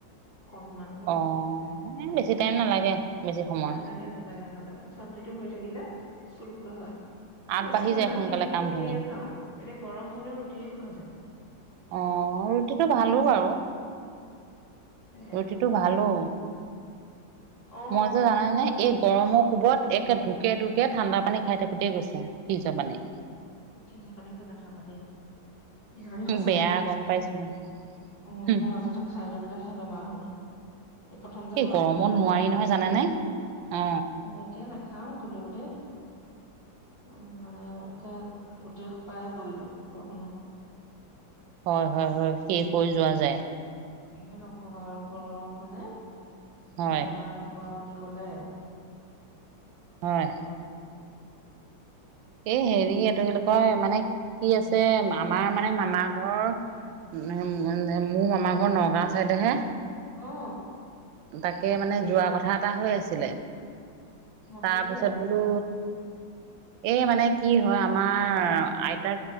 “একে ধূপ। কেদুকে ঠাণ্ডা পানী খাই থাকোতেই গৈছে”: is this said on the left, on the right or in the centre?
Right